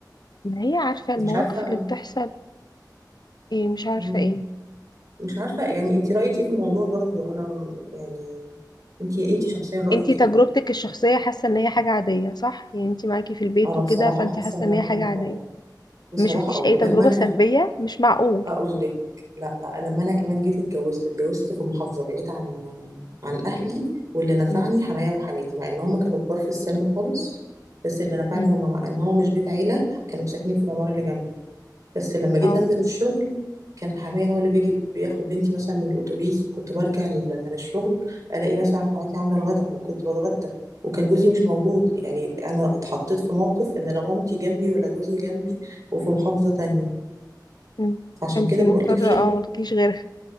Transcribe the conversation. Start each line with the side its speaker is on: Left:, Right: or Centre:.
Left: ما هي عارفه
Right: مش
Left: المواقف
Right: عارفة
Left: اللي بتحصل ايه مش عارفه
Right: مم.
Left: ايه
Right: مش عارفة يعني انت رأيك ايه في الموضوع برضو انا م- يعني انت انت شخصيا رأيك
Left: انتي تجربتك
Right: ايه
Left: الشخصيه حاسه ان هي حاجه عاديه صح يعني انتي معاكي في البيت
Right: انا
Left: وكده
Right: بصراحة
Left: فانتي
Right: حاسة
Left: حاسه
Right: انها
Left: ان هي حاجه عاديه
Right: اه بصراحة
Left: ما شفتيش
Right: اه ولما
Left: اي تجربة
Right: انا
Left: سلبية مش معقول
Right: اقول لك لا لما انا كمان جيت اتجوزت اتجوزت في محافظة بعيد عن عن اهلي واللي نفعني
Left: مم.
Right: حمايا وحماتي مع ان هم كانوا كبار في السن خالص بس اللي نفعني
Left: مم.
Right: هم مع ان هو مش بيت عيلة كانوا ساكنين في العمارة اللي جنبي بس لما جيت
Left: اه
Right: انزل الشغل كان حماية هو اللي بيجي بياخد بنتي مثلا من الاتوبيس كنت برجع ال- من الشغل الاقي مثلا حماتي عامله الغدا وكنت بتغدى وكان جوزي مش موجود يعني انا اتحطيت في موقف ان لا مامتي جنبي ولا جوزي جنبي وفي محافظة تانية
Left: مم.
Right: فعشان
Left: فانتي
Right: كده
Left: مضطرة
Right: بقول لك في
Left: اه ملكيش غيرها